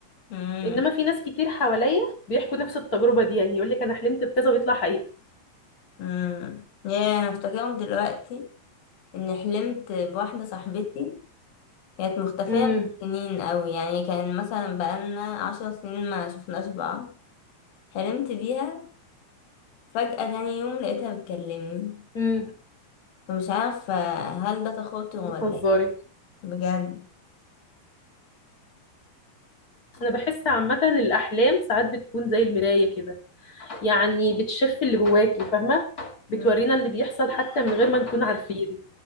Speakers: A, on the left (about 60°); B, on the left (about 25°).
A: امم
B: انما في ناس كتير حواليا بيحكوا نفس التجربة دي يعني يقول لك انا حلمت بكذا ويطلع حقيقة
A: امم يا انا افتكرهم دلوقتي اني حلمت بواحدة صاحبتي كانت مختفية
B: امم
A: من سنين قوي يعني كان مثلا بقالنا عشر سنين ما شفناش بعض حلمت بيها فجأة تاني يوم لقيتها بتكلمني
B: امم
A: فمش عارفة هل ده تخاطر ولا
B: بتهزري
A: ايه بجد
B: انا بحس عامة الاحلام ساعات بتكون زي المراية كده يعني بتشف اللي جواكي فاهمة
A: مم.
B: بتورينا اللي بيحصل حتى من غير ما نكون عارفين